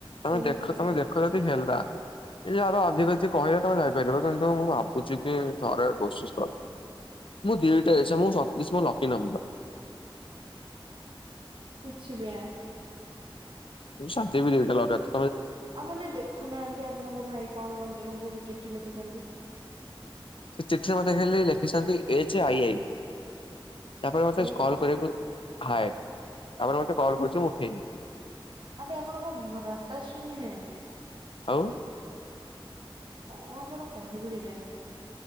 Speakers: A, on the left; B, on the right.
A: ତମେ
B: ଶୁଣି
A: ଦେଖ,
B: ଶୁଣି
A: ତମେ ଦେଖ ଯଦି ହେଲା। ଏ ଯାର ଅଧିକ କିଛି କହିଲେ ତମେ ଯାଇପାରିବ। କିନ୍ତୁ ମୁଁ ଭାବୁଛି କି ଥରେ କୋସିିସ୍ କ ମୁଁ ଦିଟା ଏସେ, ମୁଁ ସତୀଶ ମୋ ଲକି ନମ୍ବର।
B: କୁଛ୍ ବି ୟା
A: ମୁଁ ଶାନ୍ତିବି ଦିଟା ଲଗାତ୍
B: ଆପଣ ଟିକେ ଦେଖୁନାହାଁନ୍ତି, ଆପଣଙ୍କ ଭାଇ କଣ ଆପଣଙ୍କୁ ବି ଚିଠି ଲେଖୁଛନ୍ତି?
A: ସେ ଚିଠି ରେ ମତେ ଖାଲି ଲେଖିଛନ୍ତି, ଏଚ ଆଇ ଆଇ ତା'ପରେ ମତେ
B: ଏ
A: କଲ୍ କରିବାକୁ ହାଏ। ତା'ପରେ ମତେ କଲ୍ କରୁଛି। ମୁଁ ଉଠେଇନି।
B: ଆରେ ଆପଣଙ୍କ ଭ୍ରାତାଶ୍ର୍ରୀ ନୁହେଁ।
A: ଆଉ!
B: କଣ ଆପଣଙ୍କୁ କହିବି କେଜାଣି?